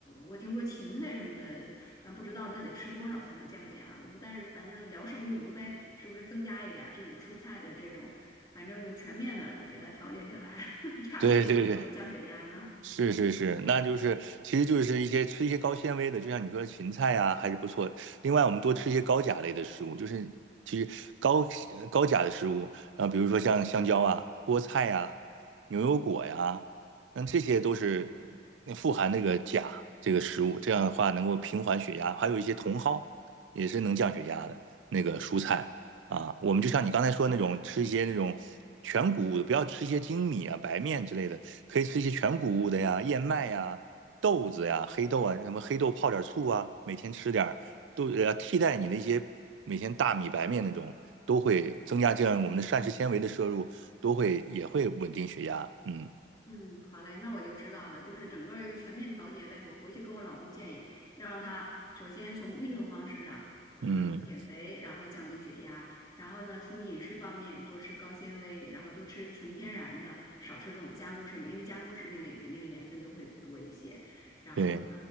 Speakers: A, on the left (about 25°); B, on the right (about 80°).
A: 我听说芹菜什么的，但不知道那得吃多少才能降血压。我但是反正聊胜于无呗，是不是增加一点儿这种蔬菜的这种，反正就全面的给它调节起来，<laughs> 这样是不是能够降血压呢？
B: 对对对。是是是，那就是，其实就是一些吃一些高纤维的，就像你说的芹菜啊，还是不错。另外，我们多吃一些高钾类的食物，就是其实高呃高钾的食物，然后比如说像香蕉啊、菠菜呀、牛油果呀，那这些都是呃富含那个钾这个食物，这样的话能够平缓血压。还有一些茼蒿也是能降血压的那个蔬菜，啊，我们就像你刚才说的那种，吃一些那种全谷物的，不要吃一些精米啊、白面之类的，可以吃一些全谷物的呀，燕麦呀、豆子呀、黑豆啊，什么黑豆泡点醋啊，每天吃点儿，都呃替代你那些每天大米白面那种，都会增加这样我们的膳食纤维的摄入，都会也会稳定血压。嗯
A: 嗯，好嘞，那我就知道了，就是整个儿一个全面调节呗。我回去跟我老公建议，要让他首先从运动方式上，呃，
B: 嗯，
A: 减肥，然后降低血压，然后呢，从饮食方面多吃高纤维，然后多吃纯天然的，少吃这种加工食品，因为加工食品里肯定盐分都会多一些。然后呢，
B: 对